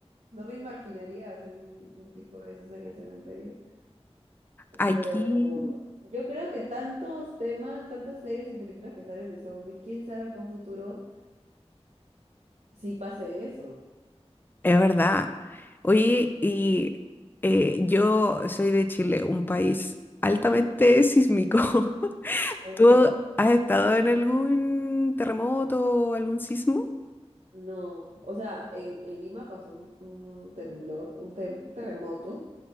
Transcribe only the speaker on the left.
aquí
es verdad. Oye, y eh, yo soy de Chile, un país altamente sísmico. <laughs>
¿Tú has estado en algún terremoto o algún sismo?